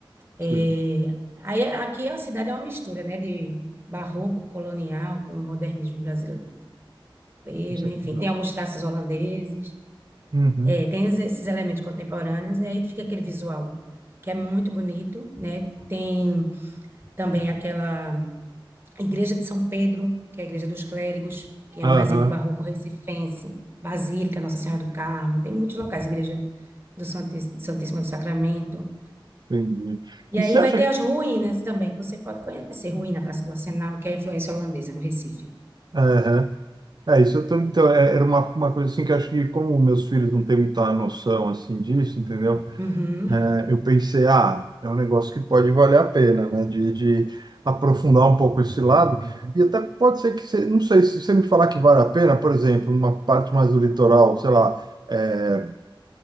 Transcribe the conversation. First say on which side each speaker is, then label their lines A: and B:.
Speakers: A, on the right; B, on the right.
A: É,
B: sei,
A: aí aqui a cidade é uma mistura, né, de barroco colonial com modernismo brasileiro, enfim,
B: isso é legal.
A: tem alguns traços holandeses,
B: Uhum,
A: é, tem es- esses elementos contemporâneos e aí fica aquele visual que é muito bonito, né? Tem também aquela igreja de São Pedro, que é a igreja dos clérigos, que é
B: aham,
A: um exemplo barroco recifense, Basílica Nossa Senhora do Carmo, tem muitos locais, igreja do Santi- Santíssima do Sacramento.
B: entendi.
A: E
B: E você
A: aí
B: acha
A: vai ter
B: que...
A: as ruínas também, que você pode conhecer. Ruína, Praça do Arsenal, que é a influência holandesa no Recife.
B: é, É, isso eu tô, então, é- era uma, uma coisa assim que eu acho que como meus filhos não têm muita noção assim disso, entendeu?
A: Uhum.
B: É, eu pensei, ah, é um negócio que pode valer a pena, né? De, de aprofundar um pouco esse lado. E até pode ser que, você, não sei, se você me falar que vale a pena, por exemplo, numa parte mais do litoral, sei lá, é,